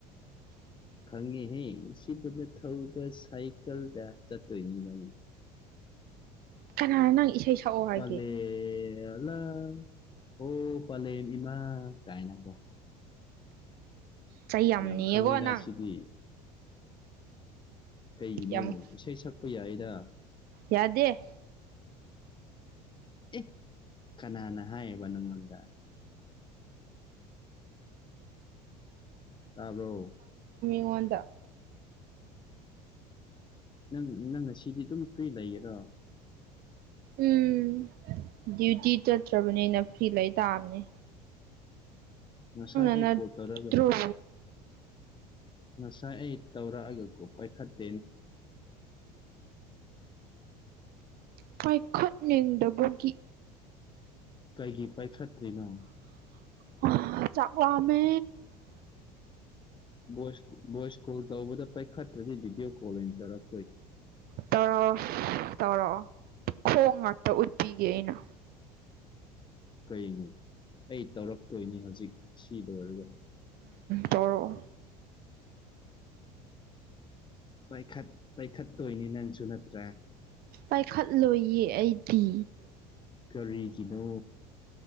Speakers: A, on the right (about 45°); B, on the left (about 20°).
A: <unintelligible>
B: ꯈꯪꯉꯤꯍꯦ ꯁꯤꯕꯅ ꯊꯧꯕ ꯁꯥꯏꯀꯜꯗ ꯆꯠꯇꯣꯏꯅꯤ ꯃꯅꯤ
A: ꯀꯅꯥꯅꯣ ꯅꯪ ꯏꯁꯩ ꯁꯛꯑꯣ ꯍꯥꯏꯒꯦ
B: ꯐꯂꯦ ꯂ ꯍꯣ ꯄꯂꯦꯝꯃ ꯏꯃꯥ ꯀꯥꯏ ꯂꯥꯛꯀꯣ
A: ꯆꯩ
B: ꯌꯥꯝ
A: ꯅꯤꯌꯦꯀꯣ
B: ꯈꯪꯉꯤꯗ
A: ꯅꯪ
B: ꯁꯤꯗꯤ ꯀꯩꯒꯤꯅꯣ
A: ꯌꯥꯝ
B: ꯏꯁꯩ ꯁꯛꯄ ꯌꯥꯏꯗ
A: ꯌꯥꯗꯦ
B: ꯏ ꯀꯅꯥꯅ ꯍꯥꯏꯌꯦꯕ ꯅꯪꯉꯣꯟꯗ ꯇꯥꯕꯣ
A: ꯍꯉꯗ
B: ꯅꯪ ꯅꯪ ꯉꯁꯤꯗꯤ ꯑꯗꯨꯝ ꯐ꯭ꯔꯤ ꯂꯩꯒꯦꯔꯣ
A: ꯎꯝ ꯗ꯭ꯌꯨꯇꯤ ꯆꯠꯇ꯭ꯔꯕꯅꯤꯅ ꯐ꯭ꯤ ꯂꯩ ꯇꯥꯕꯅꯦ
B: ꯉꯁꯥꯏ ꯑꯩ
A: ꯅꯠꯇ꯭ꯔꯣ
B: ꯀꯣꯠꯇꯧꯔꯗ ꯉꯁꯥꯏ ꯑꯩ ꯇꯧꯔꯛꯑꯒ ꯄꯥꯏꯈꯠꯇꯦꯅꯤ
A: ꯄꯥꯏꯈꯠꯅꯤꯡꯗꯕꯒꯤ
B: ꯀꯩꯒꯤ ꯄꯥꯏꯈꯠꯇ꯭ꯔꯤꯅꯣ
A: ꯑ ꯆ ꯑꯃ
B: ꯚꯣꯏꯁ ꯚꯣꯏꯁ ꯀꯣꯜ ꯇꯧꯕꯗ ꯄꯥꯏꯈꯠꯇ꯭ꯔꯗꯤ ꯚꯤꯗꯤꯑꯣ ꯀꯣꯜ ꯑꯣꯏꯅ ꯇꯧꯔꯛ
A: ꯇꯧꯔꯛꯑꯣ ꯇꯧꯔꯛꯑꯣ ꯈꯣ ꯉꯥꯛꯇ ꯎꯠꯄꯤꯒꯦ ꯑꯩꯅ
B: ꯀꯩꯅꯤ ꯑꯩ ꯇꯧꯔꯛꯇꯣꯏꯅꯤ ꯍꯧꯖꯤꯛ ꯁꯤ ꯂꯣꯏꯔꯒ
A: ꯇꯣꯔꯛꯑꯣ
B: ꯄꯥꯏꯈꯠ ꯄꯥꯏꯈꯠꯇꯣꯏꯅꯤ ꯅꯪꯁꯨ ꯅꯠꯇ꯭ꯔꯦ
A: ꯄꯥꯏꯈꯠꯂꯣꯏꯌꯦ ꯑꯩꯗꯤ
B: ꯀꯔꯤ ꯒꯤꯅꯣ